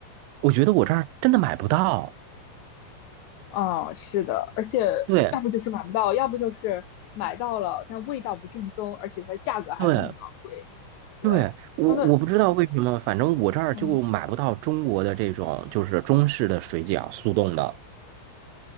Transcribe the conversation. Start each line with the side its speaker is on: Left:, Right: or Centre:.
Right: 我觉得我这儿真的买不到，
Left: 哦，是的，而且
Right: 对
Left: 要不就是买不到，要不就是买到了，但味道不正宗，而且它的价格还会很昂贵。
Right: 对。
Left: 对，
Right: 对，我我不知道为什么，
Left: 相对，
Right: 反正我这儿就买不到中国的这种就是中式的水饺，
Left: 嗯。
Right: 速冻的。